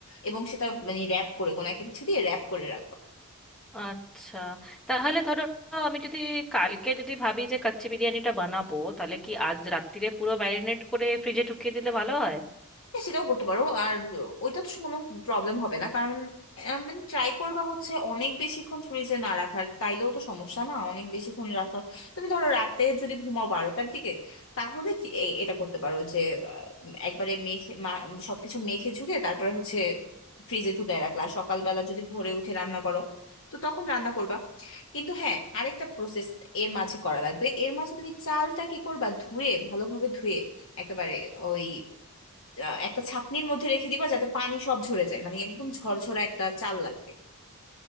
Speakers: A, on the left; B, in the centre.
A: এবং সেটা মানে র্যাপ করে কোনো একটা কিছু দিয়ে র্যাপ করে রাখবে
B: আচ্ছা তাহলে ধরো আমি যদি কালকে যদি ভাবি যে কাচ্চি বিরিয়ানিটা বানাবো তাহলে কি আজ রাত্তিরে পুরো ম্যারিনেট করে ফ্রিজে ঢুকিয়ে দিলে ভালো হয়
A: হ্যাঁ, সেটাও করতে পারো আর ওইটা তো কোনো প্রবলেম হবে না কারণ মানে ট্রাই করবা হচ্ছে অনেক বেশিক্ষণ ফ্রিজে না রাখার তাইলেও তো সমস্যা না অনেক বেশিক্ষণ রাখার তুমি ধরো রাতে যদি ঘুমাও বারোটার দিকে তাহলে কি- এ- এটা করতে পারো যে আহ, একবারে মেখে মা- সবকিছু মেখে ঝুঁকে তারপরে হচ্ছে ফ্রিজে ঢুকায় রাখলা আর সকালবেলা যদি ভোরে উঠে রান্না করো তো তখন রান্না করবা কিন্তু হ্যাঁ আরেকটা প্রসেস এর মাঝে করা লাগবে এর মাঝে তুমি চালটা কি করবা ধুয়ে ভালোভাবে ধুয়ে একেবারে ওই আহ, একটা ছাঁকনির মধ্যে রেখে দিবা যাতে পানি সব ঝরে যায় মানে একদম ঝরঝরা একটা চাল লাগবে